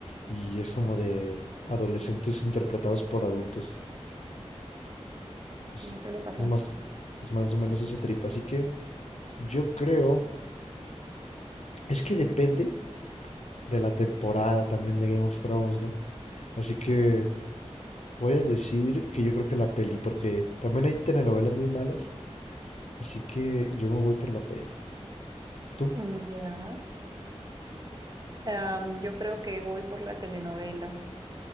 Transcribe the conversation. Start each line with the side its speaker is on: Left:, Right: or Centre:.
Left: y es como de adolescentes interpretados por adultos. Es,
Right: como suele pasar.
Left: es más, es más o menos ese trip. Así que yo creo, es que depende de la temporada también de Game of Thrones, ¿no? Así que voy a decir que yo creo que la peli, porque también hay telenovelas muy malas, así que yo me voy por la peli. ¿Tú?
Right: Mm, Ya. Am, yo creo que voy por la telenovela.